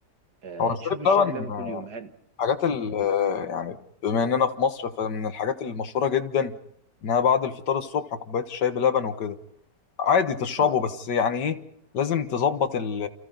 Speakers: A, on the right (about 70°); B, on the left (about 85°).
A: آه
B: هو شرب
A: شرب الشاي
B: لبن
A: بلبن كل يوم هل
B: حاجات ال يعني بما اننا في مصر فمن الحاجات المشهورة جدا انها بعد الفطار الصبح كوباية الشاي بلبن وكده عادي تشربه
A: اه
B: بس يعني ايه لازم تظبط ال